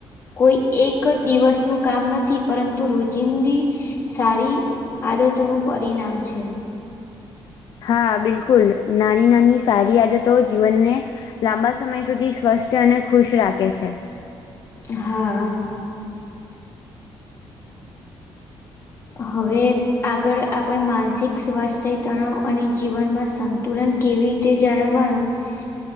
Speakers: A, on the left (about 30°); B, on the left (about 50°).
A: કોઈ એક દિવસનું કામ નથી, પરંતુ રોજિંદી સારી આદતોનું પરિણામ છે.
B: હા બિલકુલ. નાની-નાની સારી આદતો જીવનને લાંબા સમય સુધી સ્વસ્થ અને ખુશ રાખે છે.
A: હા. હવે આગળ આપણે માનસિક સ્વાસ્થ્ય, તણાવ અને જીવનમાં સંતુલન કેવી રીતે જાળવવાનું